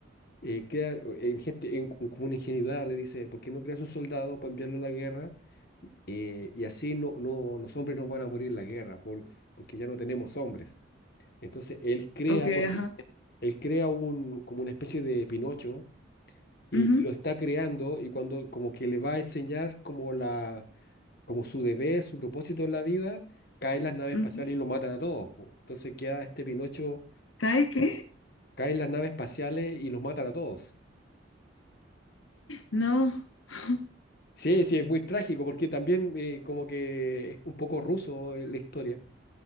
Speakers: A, on the left; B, on the left.
A: eh, queda eh, en gente en- en- como una ingenuidad, le dice, ¿por qué no creas un soldado para enviarlo a la guerra? Eh, y así no, no, los hombres no van a morir en la guerra, por- porque ya no tenemos hombres. Entonces él crea,
B: Ok,
A: porque
B: ajá.
A: él crea un, como una especie de Pinocho y,
B: ujú,
A: y lo está creando y cuando como que le va a enseñar como la, como su deber, su propósito en la vida, caen las naves
B: ujú.
A: espaciales y los matan a todos. po. Entonces queda este Pinocho,
B: ¿Cae qué?
A: caen las naves espaciales y los matan a todos.
B: No, <laughs>
A: Sí, sí, es muy trágico porque también eh, como que es un poco ruso eh, la historia.